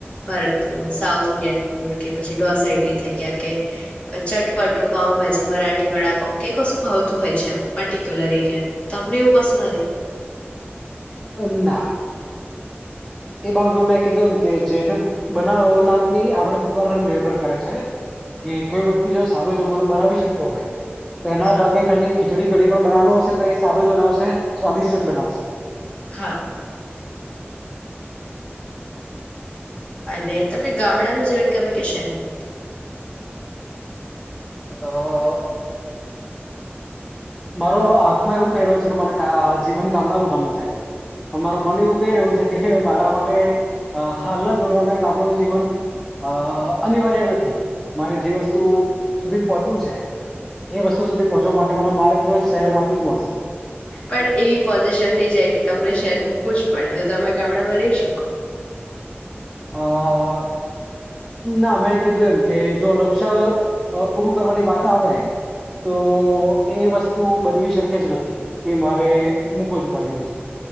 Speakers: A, on the left (about 25°); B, in the centre.
A: ભારતનું સાઉથ ઇન્ડિયન ફૂડ કે પછી ઢોસા ઇડલી થઈ ગયા કે ચટપટું પાઉભાજી મરાઠી વાળા કે કશું ફાવતું હોય છે એમ પર્ટિક્યુલર એરિયાનું તમને એવું કશું નથી
B: અના એ બાબતમાં મેં કીધું એમ કે જે બનાવનારની આવડત પર નિર્ભર કરે છે કે કોઈ વ્યક્તિ જો સારું જમવાનું બનાવી શકતો હોય તો એના
A: હા
B: ભાગે ખાલી ખીચડી કડી પણ બનાવવુ હશે તો એ સારું જ બનાવશે સ્વાદિષ્ટ જ
A: હા
B: બનાવશે
A: હા અને તમને ગામડાનું જીવન ગમે કે શહેરનું
B: અ મારો હાથમાં એવું કહી રહ્યો છે કે મને જીવન ગામડાનું ગમે છે, પણ મારું મન એવું કહી રહ્યું છે કે મારા માટે, હાલના ધોરણે ગામડાનું જીવન અ અનિવાર્ય નથી મારે જે વસ્તુ સુધી પહોંચવું છે, એ વસ્તુ સુધી પહોંચવા માટે મને માર્ગ જે શહેર માંથી જ મળશે.
A: પણ એવી પોઝિશન થઈ જાય કે તમને શહેર મૂકવું જ પડે તો તમે ગામડામાં રહી શકો.
B: અહ. ના મેં કીધું એમ કે જો લક્ષ્ય અહ પૂરું કરવાની વાત આવે તો એ વસ્તુ બનવી શક જ નથી કે મારે મૂકવું જ પડે એ વસ્તુ.